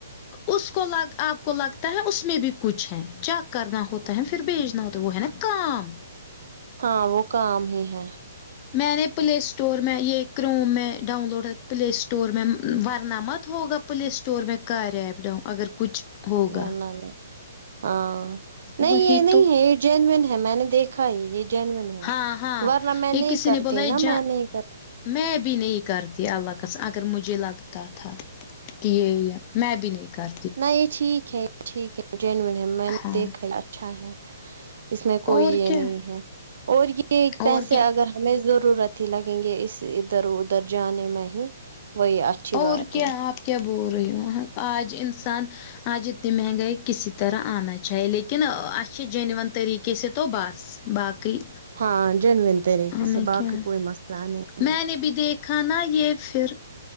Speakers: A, on the left; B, on the right.
A: اس کو آپ کو لگتا ہے اس میں بھی کچھ ہے چیک کرنا ہوتا ہے پھر بھیجنا ہوتا ہے وہ ہے نا کام
B: ہاں وہ کام ہی ہے
A: میں نے پلے اسٹور میں یہ کروم میں ڈاؤن لوڈ پلے اسٹور میں ورنہ مت ہوگا پلے اسٹور میں کر ایپ ڈاؤ اگر کچھ ہوگا
B: نہ نہ نہ ہاں نہیں
A: وہی
B: یہ نہیں
A: تو
B: ہے جینوون ہے میں نے دیکھا ہے یہ جینوون ہے
A: ہاں ہاں
B: ورنہ میں
A: یہ
B: نہیں
A: کسی
B: کرتی
A: نے بولا یہ
B: نا
A: جا
B: میں نہیں کرتی
A: میں بھی نہیں کرتی اللہ کاس اگر مجھے لگتا تھا کہ یہ ہے میں بھی نہیں کر
B: نہ یہ ٹھیک ہے یہ ٹھیک ہے جینون ہے میں نے
A: ہاں
B: دیکھا اچھا ہے اس میں کوئی
A: اور
B: یہ
A: کیا
B: نہیں ہے اور یہ پیسے
A: اور کیا
B: اگر ہمیں ضرورت ہی لگیں گے اس ادھر ادھر جانے میں ہی وہی اچھی بات
A: اور کیا
B: ہے
A: آپ کیا بول رہے ہو آج انسان آج اتنی مہنگائی کسی طرح آنا چاہیے لیکن آس چ جنون طریقے سے تو بس باقی
B: ہاں جنون طریقے
A: ہمیں
B: سے باقی
A: کیا
B: کوئی مسئلہ نہیں
A: میں
B: ہے
A: نے بھی دیکھا نا یہ پھر